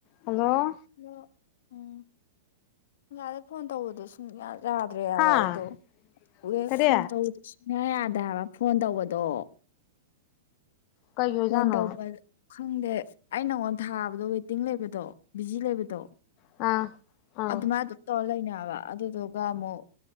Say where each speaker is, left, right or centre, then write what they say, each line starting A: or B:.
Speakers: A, on the left; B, on the left.
A: hello
B: hello ꯎꯝ ꯑꯥꯁꯥꯏꯗꯩꯩ phone ꯇꯧꯕꯗꯣ ꯁꯨꯡ ꯌꯥ ꯌꯥꯗ꯭ꯔꯦ ꯍꯥꯏꯕ
A: ꯍꯥꯥ
B: ꯑꯩꯗꯣ ꯋꯦ
A: ꯀꯔꯤ
B: ꯐꯣꯟ ꯇꯧꯕꯗꯁꯨ ꯁꯨꯌꯥ ꯌꯥꯗꯦꯕꯥ ꯐꯣꯟ ꯇꯧꯕꯗꯣ
A: ꯀꯩꯒꯤ ꯑꯣꯏꯖꯥꯠꯅꯣ
B: ꯐꯣꯟ ꯇꯧꯕ ꯈꯪꯗꯦ ꯑꯩ ꯅꯪꯉꯣꯟꯗ ꯊꯥꯕꯗꯣ ꯋꯦꯇꯤꯡ ꯂꯩꯕꯗꯣ ꯕꯤꯖꯤ ꯂꯩꯕꯗꯣ
A: ꯑꯥ ꯑꯥ
B: ꯑꯗꯨꯃꯥꯏ ꯑꯗꯨꯝ ꯇꯧꯔ ꯂꯩꯅꯦ ꯍꯥꯏꯕ ꯑꯗꯨꯗꯨꯒ ꯑꯃꯨꯛ